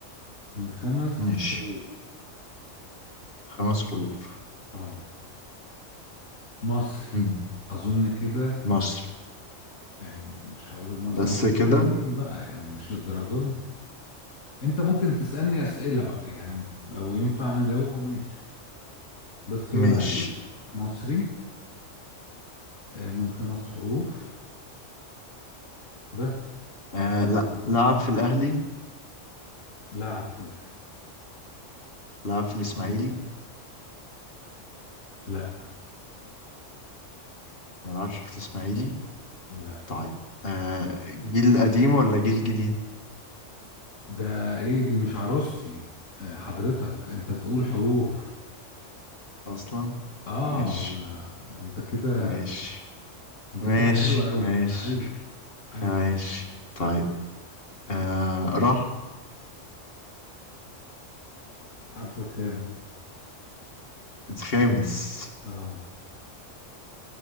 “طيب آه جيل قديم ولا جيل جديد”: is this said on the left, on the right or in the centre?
Left